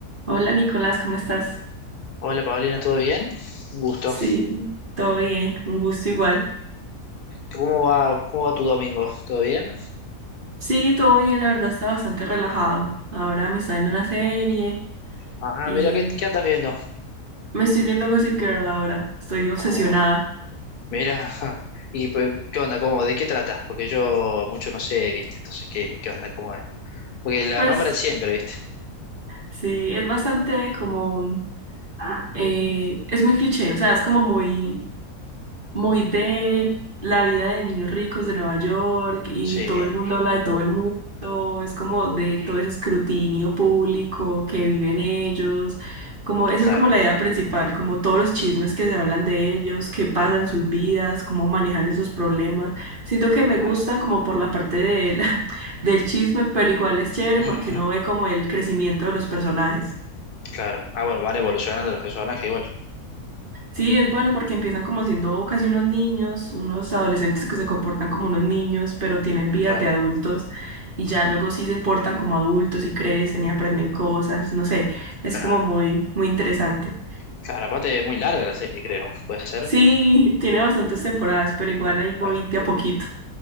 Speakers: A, on the right; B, on the left.
A: Hola Nicolás, ¿cómo estás?
B: Hola Paulina, ¿todo bien? Un gusto.
A: Sí, todo bien, un gusto igual.
B: ¿Cómo va, cómo va tu domingo? ¿Todo bien?
A: Sí, todo bien, la verdad está bastante relajado. Ahora me está viendo una serie
B: Ah,
A: y
B: mira, ¿qué, qué andas viendo?
A: me estoy viendo Gossip Girl ahora, estoy obsesionada.
B: Oh, mira. <laughs> ¿Y pues, qué onda? ¿Cómo? ¿De qué tratas? Porque yo mucho no sé, ¿viste? Entonces, ¿qué, qué onda? ¿Cómo es? Porque la
A: Pues
B: nombran siempre, ¿viste?
A: sí, es bastante como, eh, es muy cliché, o sea, es como muy muy de la vida de niños ricos de Nueva York y
B: Sí,
A: todo el mundo habla de todo el mundo, es como de todo ese escrutinio público que viven ellos, como eso
B: claro,
A: es como la idea principal, como todos los chismes que se hablan de ellos, qué pasa en sus vidas, cómo manejan esos problemas. Siento que me gusta
B: claro.
A: como por la parte de la- <laughs> del chisme, pero igual es chévere porque
B: Ujú,
A: uno ve como el crecimiento de los personajes.
B: claro. Ah, bueno, van evolucionando los personajes igual.
A: Sí, es bueno porque empiezan como siendo casi unos niños, unos adolescentes que se comportan como unos niños, pero tienen vidas
B: Claro,
A: de adultos y ya luego sí se portan como adultos y crecen y aprenden cosas, no sé, es
B: claro.
A: como muy, muy interesante.
B: Claro, aparte es muy larga la serie, creo. ¿Puede ser?
A: Sí, <laughs> tiene bastantes temporadas, pero igual ahí voy
B: A ver.
A: de a poquito.